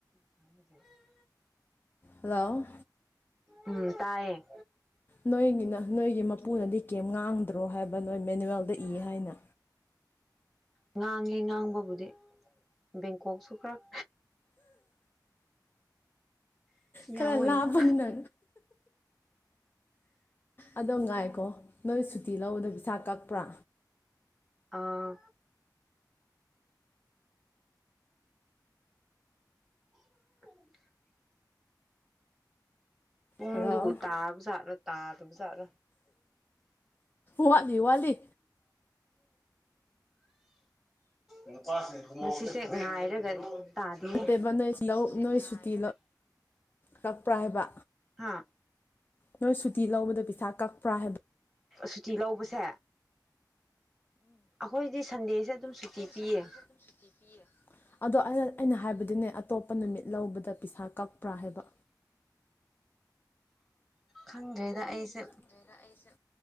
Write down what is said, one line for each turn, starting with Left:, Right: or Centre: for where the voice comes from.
Centre: <unintelligible>
Left: ꯍꯜꯂꯣ
Centre: ꯎꯝ ꯇꯥꯏꯌꯦ
Left: ꯅꯣꯏꯒꯤꯅ ꯅꯣꯏꯒꯤ ꯃꯄꯨꯅꯗꯤ ꯀꯦꯝ ꯉꯥꯡꯗ꯭ꯔꯣ ꯍꯥꯏꯕ ꯅꯣꯏ ꯃꯦꯅꯨꯋꯦꯜꯗ ꯏ ꯍꯥꯏꯅ
Centre: ꯉꯥꯡꯉꯦ ꯉꯥꯡꯕꯕꯨꯗꯤ ꯕꯦꯡꯀꯣꯛꯁꯨ ꯈꯔ
Left: ꯈꯔ
Centre: ꯌꯥꯎꯋꯦꯕ
Left: ꯂꯥꯞꯄꯅꯤꯅ ꯑꯗꯣ ꯉꯥꯏꯀꯣ ꯅꯣꯏ ꯁꯨꯇꯤ ꯂꯧꯕꯗ ꯄꯩꯁꯥ ꯀꯛꯄ꯭ꯔꯥ
Centre: ꯑꯥ <inaudible> ꯄꯝꯗꯨꯕꯨ
Left: ꯍꯜꯂꯣ
Centre: ꯇꯥꯕ ꯖꯥꯠꯂ ꯇꯥꯗꯕ ꯖꯥꯠꯂ
Left: ꯋꯥꯠꯂꯤ ꯋꯥꯠꯂꯤ
Centre: ꯉꯁꯤꯁꯦ ꯉꯥꯏꯔꯒ ꯇꯥꯗꯦꯍꯦ
Left: ꯅꯠꯇꯦꯕ ꯅꯣꯏ ꯅꯣꯏ ꯁꯨꯇꯤ ꯀꯛꯄ꯭ꯔꯥ ꯍꯥꯏꯕ
Centre: ꯍꯥ
Left: ꯅꯣꯏ ꯁꯨꯇꯤ ꯂꯧꯕꯗ ꯄꯩꯁꯥ ꯀꯛꯄ꯭ꯔꯥ ꯍꯥꯏꯕ
Centre: ꯁꯨꯇꯤ ꯂꯧꯕꯁꯦ ꯑꯩꯈꯣꯏꯗꯤ ꯁꯟꯗꯦꯁꯦ ꯑꯗꯨꯝ ꯁꯨꯇꯤ
Left: ꯑꯩꯈꯣꯏ
Centre: ꯄꯤꯌꯦ
Left: ꯁꯟꯗꯦꯁꯦ ꯑꯗꯨꯝ ꯁꯨꯇꯤ ꯄꯤꯌꯦ ꯑꯗꯣ ꯑꯩꯅ ꯍꯥꯏꯕꯗꯤꯅꯦ ꯑꯇꯣꯞꯄ ꯅꯨꯃꯤꯠ ꯂꯧꯕꯗ ꯄꯩꯁꯥ ꯀꯛꯄ꯭ꯔꯥ ꯍꯥꯏꯕ
Centre: ꯈꯪꯗ꯭ꯔꯦꯗ ꯑꯩꯁꯦ
Left: ꯈꯪꯗꯔꯦꯗ ꯑꯩꯁꯦ